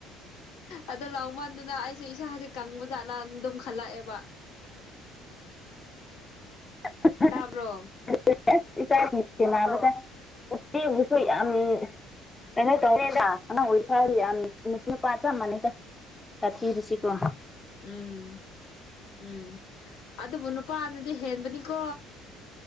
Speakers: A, on the left; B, on the left.
A: ꯑꯗꯣ ꯂꯥꯎꯃꯟꯗꯨꯅ ꯑꯩꯁꯦ ꯏꯁꯥꯁꯦ ꯀꯪꯕ ꯖꯥꯠꯂꯅ ꯑꯗꯨꯝ ꯈꯜꯂꯛꯑꯦꯕ
B: <unintelligible>
A: ꯇꯥꯕ꯭ꯔꯣ
B: ꯏꯆꯦꯕꯨꯁꯨ ꯌꯥꯝ ꯅꯪꯅ ꯇꯔꯗꯅ ꯑꯣꯏꯊ ꯌꯥꯝ ꯅꯊꯌ ꯄꯆ ꯃꯅꯦ <unintelligible>
A: ꯎꯝ ꯎꯝ ꯑꯗꯨꯕꯨ ꯅꯨꯄꯥꯅꯗꯤ ꯍꯦꯟꯕꯅꯤꯀꯣ